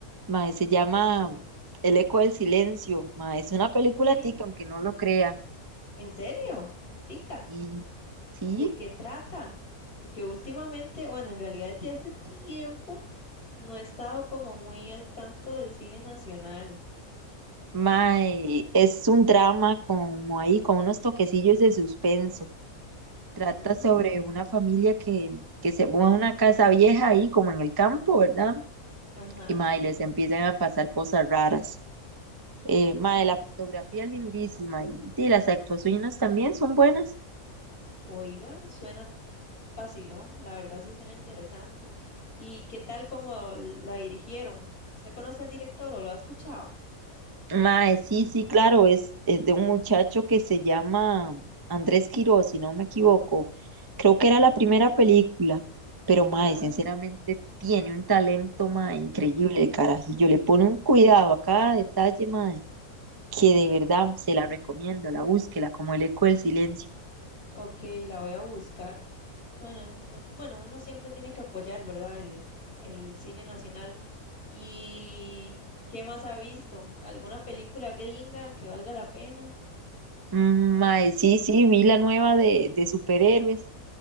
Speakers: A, on the right; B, on the left.
A: Mae, se llama El eco del silencio. Mae, es una película
B: ¿Qué?
A: tica, aunque no lo crea.
B: ¿En serio? Tica,
A: Y sí,
B: ¿de qué trata? Porque últimamente, bueno, en realidad desde hace tiempo no he estado como muy al tanto del cine nacional.
A: mae, es un drama como ahí, con unos toquecillos de suspenso. Trata
B: Ah,
A: sobre una familia que, que se mueve a una casa vieja ahí, como en el campo, ¿verdad?
B: ajá.
A: Y mae, les empiezan a pasar cosas raras. Eh, mae,
B: Oiga.
A: la fotografía es lindísima y, y las actuaciones también son buenas.
B: Oiga, suena vacilón, la verdad sí suena interesante. ¿Y qué tal como la dirigieron? ¿Usted conoce al director o lo ha escuchado?
A: Mae, sí, sí, claro, es, es de un muchacho que se llama Andrés Quiroz, si no me equivoco. Creo que era la primera película, pero mae,
B: Ah,
A: sinceramente tiene un talento, mae, increíble el carajillo. Le pone un cuidado a cada detalle, mae. que de verdad se
B: Chiva.
A: la recomiendo, la búsquela, como el eco del silencio.
B: ok, la voy a buscar. Bueno, un- bueno, uno siempre tiene que apoyar, ¿verdad? El, el cine nacional. ¿Y qué más ha visto? ¿Alguna película gringa que valga la pena?
A: Mm, Mae, sí, sí, vi la nueva de, de superhéroes,